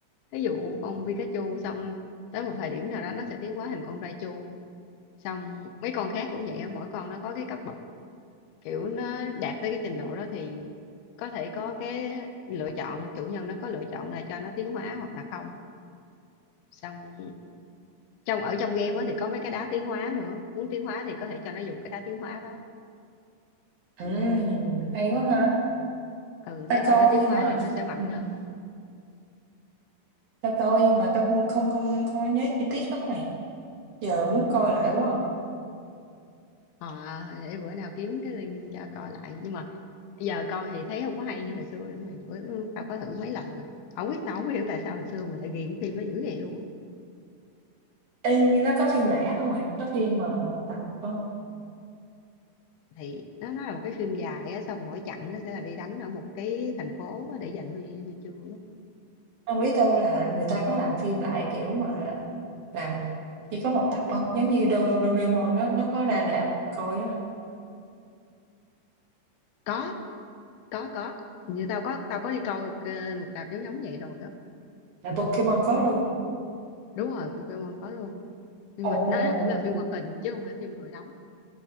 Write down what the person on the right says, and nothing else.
Ừm, hay quá ha.
Tao
coi
nhưng
mà
ừm,
tao coi nhưng mà tao không không không không có nhớ chi tiết lắm mày, giờ muốn coi lại quá à.
Ê, nhưng nó có phim lẻ không mày? Có phim mà một tập không?
Hông, biết tao là người ta có làm phim lại, kiểu mà, làm chỉ có một tập không? Giống như Do Doraemon nó nó có ra rạp coi á,
là Pokemon có luôn.
Ồ,